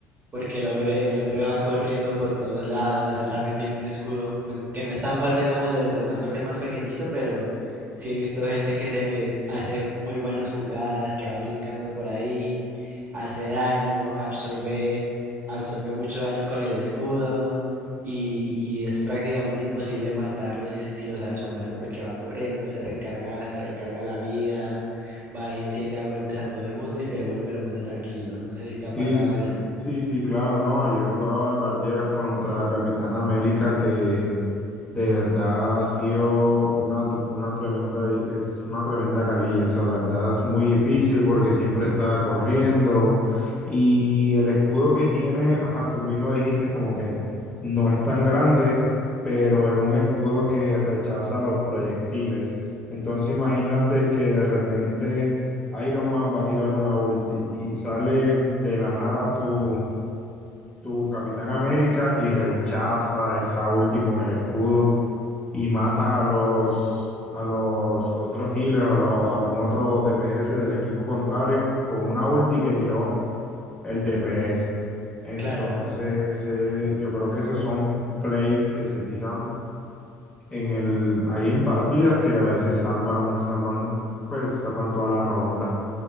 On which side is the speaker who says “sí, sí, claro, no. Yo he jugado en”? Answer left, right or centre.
Left